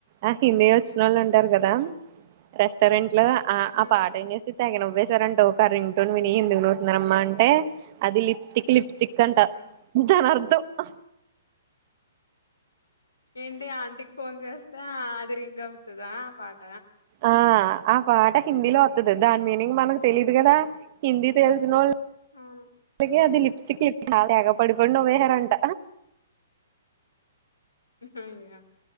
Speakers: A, on the right; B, on the left.
A: ఆ హిందీ వచ్చిన ఓళ్ళు ఉంటరు కదా రెస్టారెంట్ లో
B: హ్మ్.
A: ఆ పాట ఏం సంగ నువ్వే ంట ఒక రింగ్ టోన్ విని ఎందుకు నవ్ తున్నారమ్మా అంటే అది లిప్స్టిక్ లిప్స్ స్టిక్ అంట
B: హ్మ్.
A: దానర్థం. ఆ
B: ఏంటి ఆంటీకి ఫోన్ చేస్తున్నావ్ అది రింగ్ అవుతదా పార్టీ
A: ఆ ఆ పాట క్ హిందీలో వత్తది దాని మీనింగ్ మనకు తెలీదు కదా హిందీ తెలిసినోళ్
B: అవును.
A: ఏ అది లిప్స్టిక్ లిప్స్ తేగ పడిపోండి నవ్వేహారంట.
B: అయ్యా